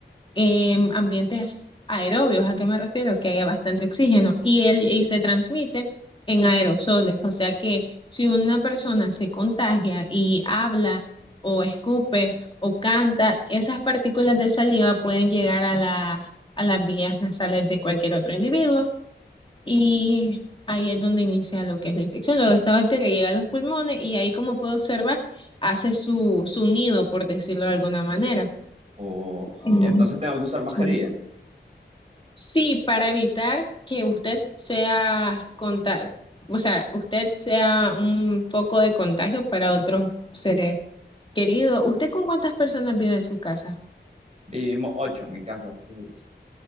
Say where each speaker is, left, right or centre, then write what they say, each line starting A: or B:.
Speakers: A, on the left; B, on the right.
A: en ambientes aerobios. ¿A qué me refiero? Que haya bastante oxígeno y, él, y se transmite en aerosoles. O sea que si una persona se contagia y habla o escupe o canta, esas partículas de saliva pueden llegar a la- a las vías nasales de cualquier otro individuo y ahí es donde inicia lo que es la infección. Luego esta bacteria llega a los pulmones y ahí, como puedo observar, hace su, su nido, por decirlo de alguna manera.
B: O,
A: Mm,
B: y entonces tengo que usar mascarilla.
A: sí. Sí, para evitar que usted sea conta- o sea, usted sea un foco de contagio para otros seres queridos. ¿Usted con cuántas personas vive en su casa?
B: Vivimos ocho en mi casa, fíjate.